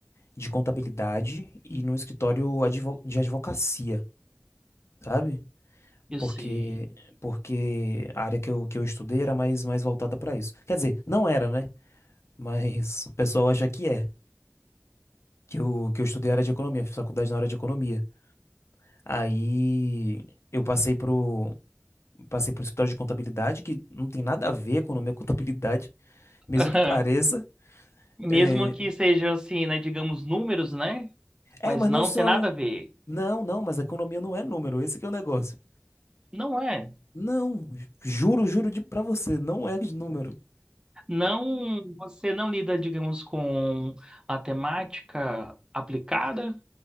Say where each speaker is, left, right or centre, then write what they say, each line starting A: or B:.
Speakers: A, on the left; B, on the right.
A: de contabilidade e num escritório advo- de advocacia, sabe?
B: Eu
A: porque
B: sei.
A: porque a área que eu, que eu estudei era mais, mais voltada para isso. Quer dizer, não era, né? Mas o pessoal acha que é. Que eu, que eu estudei a área de economia, fiz faculdade na área de economia. Aí eu passei pro, passei pro escritório de contabilidade, que não tem nada a ver economia e contabilidade, mesmo
B: <laughs>
A: que pareça.
B: Mesmo
A: É,
B: que sejam assim, né, digamos números, né?
A: é,
B: Mas
A: mas
B: não
A: não são.
B: tem nada a ver.
A: Não, não, mas a economia não é número, esse que é o negócio.
B: Não é.
A: Não, juro, juro de, pra você, não é de número.
B: Não, você não lida, digamos, com a temática aplicada,